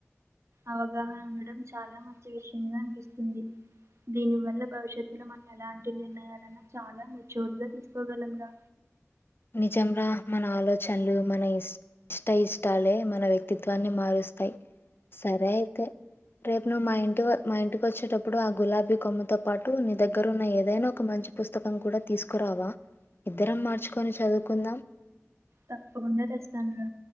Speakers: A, on the right (about 65°); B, on the left (about 45°).
A: అవగాహన ఉండడం చాలా మంచి విషయంగా అనిపిస్తుంది దీనివల్ల భవిష్యత్తులో మనం ఎలాంటి నిర్ణయాలన్నా చాలా మెచ్యూర్ గా తీసుకోగలంరా
B: నిజం రా మన ఆలోచనలు మన ఇష్ ఇష్ట ఇష్టాలే మన వ్యక్తిత్వాన్ని మారుస్తాయి సరే అయితే రేపు నువ్వు మా ఇంటి మా ఇంటికి వచ్చేటప్పుడు ఆ గులాబీ కొమ్మతో పాటు నీ దగ్గర ఉన్న ఏదైనా ఒక మంచి పుస్తకం కూడా తీసుకురావా ఇద్దరం మార్చుకొని చదువుకుందాం
A: తప్పకుండా తెస్తాను